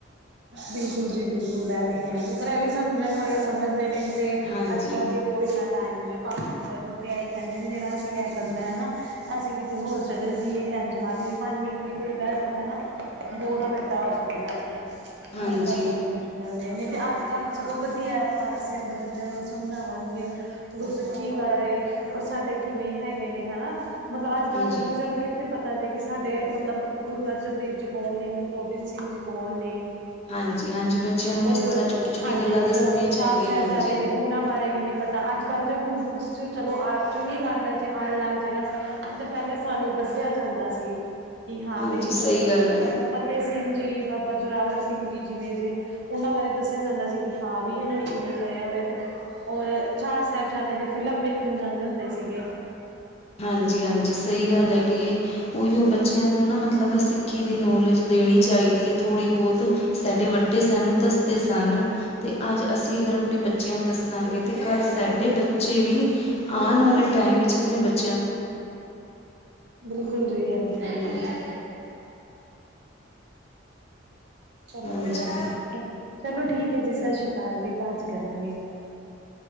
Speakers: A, on the right; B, on the left.
A: ਬਿਲਕੁਲ ਜੀ ਬਿਲਕੁਲ ਇਹ ਤੇ ਹੈ ਈਏ ਪਰ ਇਹ ਵੀ ਸਮਝਣ ਵਾਲੇ ਸਮਝਦੇ ਨੇ। ਤੇ
B: ਹਾਂਜੀ,
A: ਅੱਜ ਕੱਲ ਕਿਦੇ ਕੋਲ ਇੰਨਾ ਟਾਈਮ ਜੇ ਪਾ ਜਦ ਉਹ ਤੇ ਆਹੀ ਕਹਿੰਦੇ ਨੇ ਜਿਹੜਾ ਅਸੀਂ ਇਹ ਕਰਨਾ ਐ ਨੇ ਅਸੀਂ ਕਿਤੇ ਹੋਰ ਚਲੇ ਜੀਏ ਇੰਝ ਕਰ ਲਈਏ ਪ ਮਿੰਟ ਵੀ ਕੋਈ ਬਹਿ ਜਾਂਦਾ ਐ। ਨਾ ਬਹੁਤ ਵੱਡਾ ਹੋ ਜਾਂਦਾ ਐ
B: ਹਾਂਜੀ,
A: ਅੱਜ ਕੱਲ੍ਹ ਬਹੁਤ ਨੇ <unintelligible> ਕੱਲ੍ਹ ਸਗੋਂ ਵਧੀਆ ਆਪਾਂ ਅਸੀਂ ਆਪਣੇ ਬੱਚਿਆਂ ਨੂੰ ਸਮਝਾਵਾਂਗੇ। ਗੁਰ ਕੀ ਹੈ ਵੇ। ਔਰ ਸਾਡੇ ਕਿਵੇਂ ਹੈਗੇ ਨੇ ਹਨਾ ਮਤਲਬ ਅੱਜ ਕੱਲ
B: ਹਾਂਜੀ
A: ਦੇ ਬੱਚਿਆਂ ਨੂੰ ਇੱਥੇ ਪਤਾ ਜੇ ਕਿ ਸਾਡੇ ਮਤਲਬ ਗੁਰੂ ਅਰਜਨ ਦੇਵ ਜੀ ਕੌਣ ਨੇ? ਗੁਰੂ ਗੋਬਿੰਦ ਸਿੰਘ ਜੀ ਕੌਣ ਨੇ?
B: ਹਾਂਜੀ, ਹਾਂਜੀ ਬੱਚਿਆਂ ਨੂੰ
A: ਉਹ
B: ਇਸ
A: ਜੋ,
B: ਤਰ੍ਹਾਂ ਛੋਟੀ-ਛੋਟੀ
A: ਹਾਂਜੀ।
B: ਗੱਲਾਂ ਦੱਸਣੀਆਂ
A: ਜੋ
B: ਚਾਹੀਦੀਆਂ
A: ਚਾਰ ਸਾਹਿਬਜ਼ਾਦੇ
B: ਹਾਂਜੀ।
A: ਨੇ ਉਹਨਾਂ ਬਾਰੇ ਵੀ ਨੀ ਪਤਾ ਅੱਜ ਕੱਲ ਤੇ ਹੁਣ ਬੁੱਕਸ ਜੋ ਚਲੋ ਆ ਚੰਗੀ ਗੱਲ ਐ ਜੇ ਆਉਣ ਲੱਗ ਜਾਏਗਾ। ਜ ਪਹਿਲਾਂ ਸਾਨੂੰ ਦੱਸਿਆ ਜਾਂਦਾ ਸ ਕਿ ਹਾਂ
B: ਹਾਂਜੀ
A: ਵੀ
B: ਸਹੀ
A: ਮਤਲਬ
B: ਗੱਲ ਏ,
A: ਬਾਬਾ ਫਤਿਹ ਸਿੰਘ ਜੀ, ਬਾਬਾ ਜੋੋਰਾਵਰ ਸਿੰਘ ਜੀ, ਜਿਵੇਂ ਜੇ ਉਹਨਾਂ ਬਾਰੇ ਦੱਸਿਆ ਜਾਂਦਾ ਸੀ। ਕਿ ਹਾਂ ਵੀ ਇਹਨਾਂ ਨੇ ਇਵੇਂ ਕਰਿਆ ਔਰ ਇਵੇਂ ਔਰ ਚਾਰ ਸਾਹਿਬਜ਼ਾਦਿਆਂ ਦੀ ਫ਼ਿਲਮ ਵੇਖਣ ਜਾਂਦੇ ਹੁੰਦੇ ਸੀਗੇ।
B: ਹਾਂਜੀ-ਹਾਂਜੀ ਸਈ ਗੱਲ ਹੈਗੀ ਏ। ਉਹੀ ਉਹ ਬੱਚਿਆਂ ਨੂੰ ਨਾ ਮਤਲਬ ਅਸੀਂ ਖੀ ਦੀ ਨੌਲੇਜ ਦੇਣੀ ਚਾਈਦੀ ਏ। ਥੋੜ੍ਹੀ- ਬਹੁਤ ਸਾਡੇ ਵੱਡੇ ਸਾਨੂੰ ਦੱਸ ਸਨ ।ਤੇ ਅੱਜ ਅਸੀਂ ਅਗਰ ਆਪਣੇ ਬੱਚਿਆਂ ਦੱਸਾਂਗੇ ਤਾਂ ਕੱਲ੍ਹ ਸਡ ਤੇ ਬੱਚੇ ਵੀ ਆਣ ਵਾਲੇ ਟਾਈਮ ਵਿੱਚ ਆਪਣੇ ਬੱਚੇ
A: ਬਿਲਕੁਲ ਜੀ ਐ ਤੇ ਹੈ ਹੀ
B: ਹਾਂਜੀ,
A: ਏ। ਚਲੋ
B: ਹਾਂਜੀ।
A: ਵਧੀਆ ਹਾਲ ਏ। ਚਲੋ ਠੀਕ ਐ ਜੀ। ਸਤਿ ਸ਼੍ਰੀ ਅਕਾ ਹਾਂਜੀ ਜੀ ।ਬਾਦ ਚ ਕਰਾਂਗੇ।